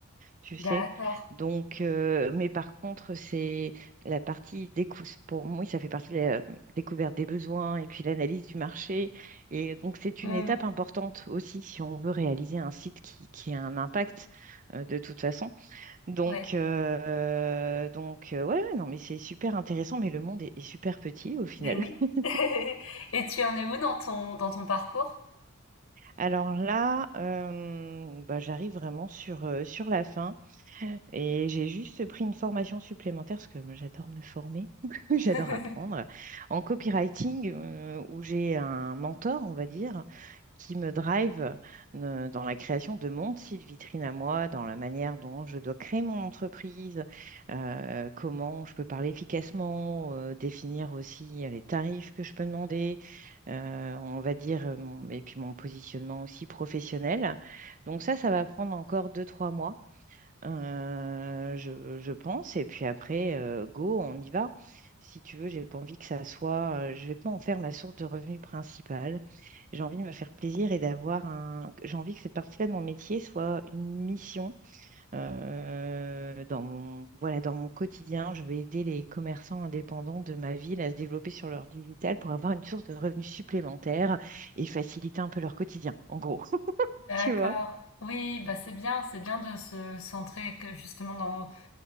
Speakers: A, on the right (about 40°); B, on the left (about 70°).
A: tu sais.
B: d'accord.
A: Donc, euh, mais par contre, c'est la partie décou pour moi, ça fait partie de la découverte des besoins et puis l'analyse du marché. Et donc, c'est
B: Mmh,
A: une étape importante aussi si on veut réaliser un site qui, qui a un impact euh, de toute façon. Donc,
B: ouais.
A: euh, donc euh, ouais, ouais, non, mais c'est super intéressant, mais le monde est, est super petit au final.
B: Beh, oui.
A: <laughs>
B: <laughs> Et tu en es où dans ton dans ton parcours?
A: Alors là, euh, bah, j'arrive vraiment sur, euh, sur la fin. Et j'ai juste pris une formation supplémentaire parce que moi, j'adore me former, <laughs>
B: <laughs>
A: j'adore apprendre en copywriting euh, où j'ai un mentor, on va dire, qui me drive euh, dans la création de mon site vitrine à moi, dans la manière dont je dois créer mon entreprise, euh, comment je peux parler efficacement, euh, définir aussi euh, les tarifs que je peux demander, euh, on va dire, euh, mon- et puis mon positionnement aussi professionnel. Donc ça, ça va prendre encore deux, trois mois. Euh, je, je pense. Et puis après, euh, go, on y va. Si tu veux, j'ai pas envie que ça soit. euh, je vais pas en faire ma source de revenu principale. J'ai envie de me faire plaisir et d'avoir un. J'ai envie que cette partie-là de mon métier soit une mission euh, dans mon voilà dans mon quotidien. Je vais aider les commerçants indépendants de ma ville à se développer sur leur digital pour avoir une source de revenus supplémentaire et faciliter un peu leur quotidien. En gros, <laughs>
B: D'accord.
A: tu vois.
B: Oui, bah, c'est bien, c'est bien de se centrer que justement dans